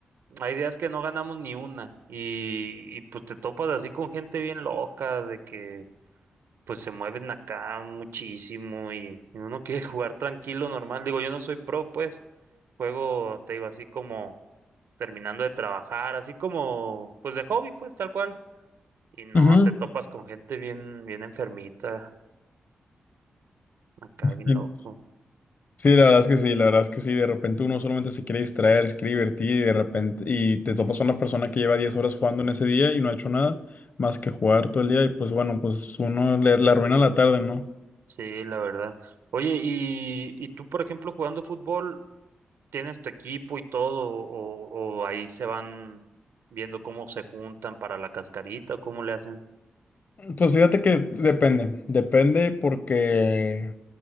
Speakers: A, on the right; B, on the left.
A: hay días que no ganamos ni una, y, y pues te topas así con gente bien loca, de que pues se mueven acá muchísimo y, y uno <laughs> quiere jugar tranquilo, normal. Digo, yo no soy pro, pues, juego, te digo, así como terminando de trabajar, así como, pues de hobby, pues, tal cual Y no,
B: Ujú.
A: te topas con gente bien, bien enfermita, acá bien
B: Y-
A: loco.
B: Sí, la verdad es que sí, la verdad es que sí, de repente uno solamente se quiere distraer, se quiere divertir y de repente, y te topas a una persona que lleva 10 horas jugando en ese día y no ha hecho nada más que jugar todo el día y pues bueno, pues uno le, le arruina la tarde, ¿no?
A: Sí, la verdad. Oye, y, y tú, por ejemplo, jugando fútbol, ¿tienes tu equipo y todo? O, o ahí se van viendo cómo se juntan para la cascarita, cómo le hacen?
B: Pues fíjate que depende, depende porque,